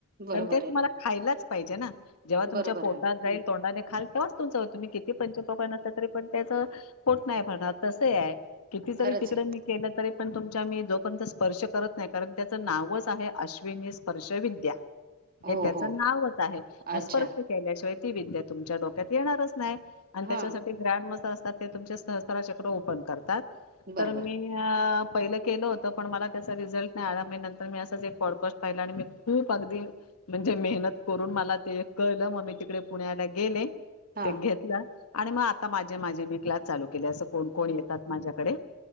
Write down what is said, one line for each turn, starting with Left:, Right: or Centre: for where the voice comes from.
Right: बरोबर
Left: पण ते तुम्हाला
Right: आहे ना
Left: खायलाच पाहिजे ना जेव्हा तुमच्या
Right: बरोबर
Left: पोटात
Right: आहे ना
Left: जाईल
Right: हम्म
Left: तोंडाने खाल तेव्हा तुमचं तुम्ही किती पंच पक्वान्न असल तरी पण पाई त्याच पोट नाही भरणार तस आहे किती जरी
Right: खरंच
Left: तिकड
Right: आहे
Left: मी केलं तरी पण तुमच्या मी जोपर्यंत स्पर्श करत नाही कारण त्याचं नावच आहे अश्विनी स्पर्श विद्या.
Right: हो
Left: हे त्याचं
Right: हो
Left: नावच आहे
Right: अच्छा
Left: स्पर्श केल्याशिवाय ती विद्या तुमच्या डोक्यात येणारच नाही. आणि
Right: हा
Left: त्याच्यासाठी ग्रँड मास्टर असतात ते तुमच्या सहस्त्रा चक्र ओपन करतात.
Right: बरोबर.
Left: तर मी पहिलं केलं होत. पण मला त्याचा रिजल्ट नाही आला मी नंतर मी असच प्रॉडकास्ट पाहिला आणि मी खुप अगदी म्हणजे मेहनत करून मला ते कळलं मग मी तिकडे पुण्याला गेले
Right: हा.
Left: ते घेतलं आणि मग आता माझे माझे मी क्लास चालू केले असं कोण कोण येतात माझ्याकडे